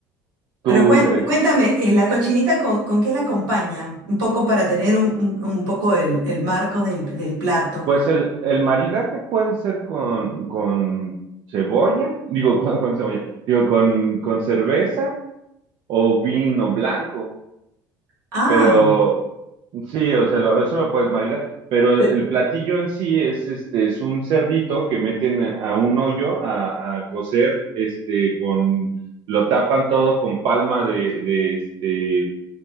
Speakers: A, on the right; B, on the right.
A: tú,
B: Pero cuen- cuéntame, eh, ¿la cochinita con, con qué la acompañan? Un poco para tener un, un- un poco el, el marco del, del plato.
A: Pues el, el maridaje puede ser con, con cebolla, digo, <laughs> con, con cebolla, digo, con, con cerveza o vino blanco,
B: Ah,
A: pero sí, o sea, lo- eso lo puedes maridar, pero
B: pe-
A: el platillo en sí es, este, es un cerdito que meten a un hoyo a, a cocer, este, con, lo tapan todo con palma de, de, este,